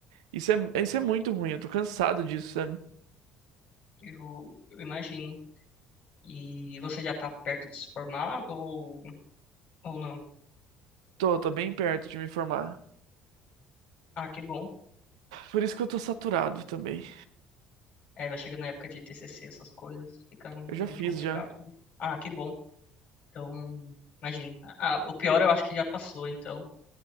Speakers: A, on the right; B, on the left.
A: Isso é, isso é muito ruim, eu tô cansado disso, sabe?
B: eu, eu imagino. E você já tá perto de se formar ou, ou não?
A: Tô, tô bem perto de me formar.
B: Ah, que bom.
A: Por isso que eu tô saturado também.
B: É, vai chegando na época de TCC, essas coisas, fica muito
A: Eu já fiz
B: complicado.
A: já.
B: mesmo. Ah, que bom. Então, imagino Ah, o pior eu acho que já passou, então.